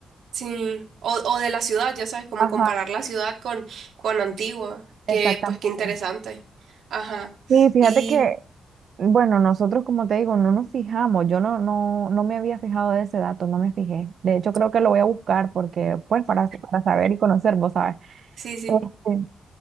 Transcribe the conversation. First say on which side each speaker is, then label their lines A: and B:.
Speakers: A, on the right; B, on the right.
A: Sí, o, o de la ciudad, ya sabes, como
B: Ajá,
A: comparar la ciudad con, con Antigua,
B: exactamente.
A: que pues qué interesante. Ajá,
B: Sí, fíjate
A: y
B: que, bueno, nosotros como te digo, no nos fijamos, yo no, no, no me había fijado de ese dato, no me fijé. De hecho, creo que lo voy a buscar porque, pues, para, para saber y conocer, vos sabes.
A: sí, sí,
B: Este,